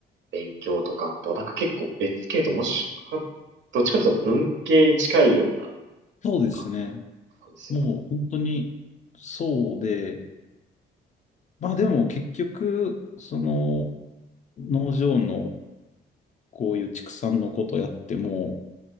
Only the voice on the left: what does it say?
そうですね。
もう本当にそうで、まあでも結局、その農場のこういう畜産のことやっても、